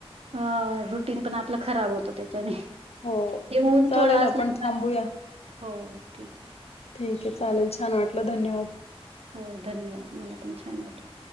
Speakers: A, on the right; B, on the left.
A: हा रुटीन पण आपलं खराब होतं ते. चालेल.
B: हो
A: ते ऊन
B: चालेल
A: थोडं
B: आपण
A: असलं <unintelligible>
B: थांबूया
A: हो ठीक आहे.
B: ठीक आहे चालेल, छान वाटलं धन्यवाद.
A: हो धन्यवाद मला पण छान वाटलं.